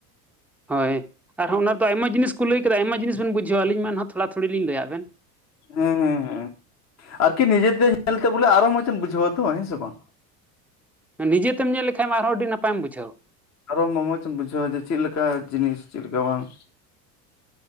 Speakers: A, in the centre; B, on the left (about 35°).
A: ᱦᱳᱭ ᱟᱨᱦᱚᱸ ᱚᱱᱟᱫᱚ ᱟᱭᱢᱟ ᱡᱤᱱᱤᱥ ᱠᱩ ᱞᱟᱹᱭ ᱠᱮᱫᱟ ᱟᱭᱢᱟ ᱡᱤᱱᱤᱥ ᱵᱮᱱ ᱵᱩᱡᱷᱟᱹᱣᱟ ᱟᱹᱞᱤᱧ ᱢᱟ ᱮᱱᱦᱚᱸ ᱛᱷᱚᱲᱟ ᱛᱷᱚᱲᱤ ᱞᱤᱧ ᱞᱟᱹᱭᱟᱫ ᱵᱮᱱ᱾
B: ᱦᱮᱸ ᱦᱮᱸ ᱦᱮᱸ ᱟᱨᱠᱤ ᱱᱤᱡᱮᱛᱮ ᱧᱮᱞᱛᱮ ᱵᱚᱞᱮ ᱟᱨᱚ ᱢᱚᱸᱡᱽ ᱮᱢ ᱵᱩᱡᱷᱟᱹᱣᱟ ᱛᱚ ᱦᱮᱸ ᱥᱮ ᱵᱟᱝ?
A: ᱱᱤᱡᱮ ᱛᱮᱢ ᱧᱮᱞ ᱞᱮᱠᱷᱟᱱ ᱟᱨᱦᱚᱸ ᱟᱹᱰᱤ ᱱᱟᱯᱟᱭ ᱮᱢ ᱵᱩᱡᱷᱟᱹᱣ᱾
B: ᱟᱨᱚ ᱢᱚᱢᱚᱡ ᱮᱢ ᱵᱩᱡᱷᱟᱹᱣᱟ ᱡᱮ ᱪᱮᱫ ᱞᱮᱠᱟ ᱡᱤᱱᱤᱥ ᱪᱮᱫ ᱞᱮᱠᱟ ᱵᱟᱝ᱾